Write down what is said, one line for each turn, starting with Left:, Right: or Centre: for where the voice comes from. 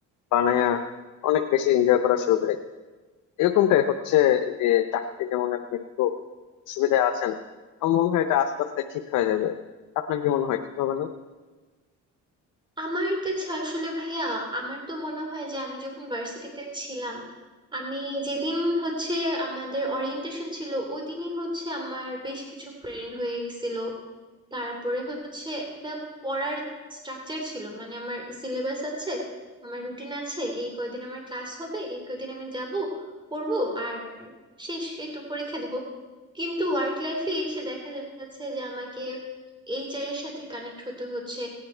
Left: বানায়া অনেক বেশি এনজয় করা শুরু করেছি এরকমটাই হচ্ছে যে চাকরিতে যেমন এখন একটু সুবিধা আছেন আমার মনে হয় এটা আস্তে আস্তে ঠিক হয়ে যাবে আপনার কি মনে হয় ঠিক হবে না
Right: আমার কাছে আসলে ভাইয়া আমার তো মনে হয় যে আমি যখন ভার্সিটিতে ছিলাম আমি যেদিন হচ্ছে আমাদের ওরিয়েন্টেশন ছিল ওই দিনই হচ্ছে আমার বেশ কিছু ফ্রেন্ড হয়ে গেছিল তারপরে হচ্ছে একটা পড়ার স্ট্রাকচার ছিল মানে আমার সিলেবাস আছে আমার রুটিন আছে এই কয়দিন আমার ক্লাস হবে এই কয়দিন আমি যাব পড়বো আর শেষ এই তো পরীক্ষা দিব কিন্তু ওয়ার্ক লাইফে এসে দেখা যাচ্ছে যে আমাকে এইচআর এর সাথে কানেক্ট হতে হচ্ছে